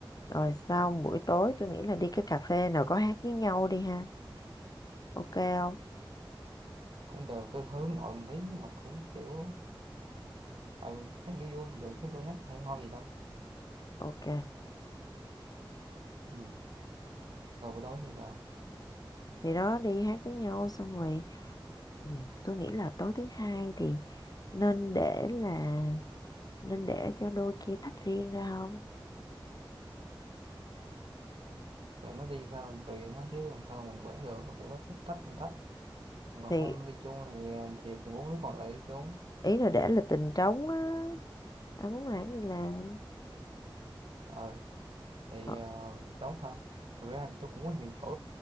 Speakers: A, on the left (about 45°); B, on the right (about 85°).
A: Rồi xong buổi tối tôi nghĩ là đi cái cà phê nào có hát với nhau đi ha. Ok không?
B: cũng được tôi hướng nội một tí nhưng mà cũng kiểu ừ hát vui vui cũng được chứ tôi hát hay ho gì đâu
A: Ok.
B: ừ. rồi buổi tối thì sao
A: Thì đó đi hát với nhau xong rồi. Ừ, tôi nghĩ là tối thứ hai thì nên để là nên để cho đôi kia tách riêng ra không?
B: tụi nó đi sao tùy nó chứ làm sao mình quản được tụi nó thích tách mình tách còn
A: Thì
B: không đi chung thì ờ, thì thì bốn đứa còn lại đi chung
A: ý là để là tình trống á. Ai muốn làm gì làm.
B: ờ thì
A: Ờ,
B: ờ, trống hả thực ra tôi cũng có nhiều chỗ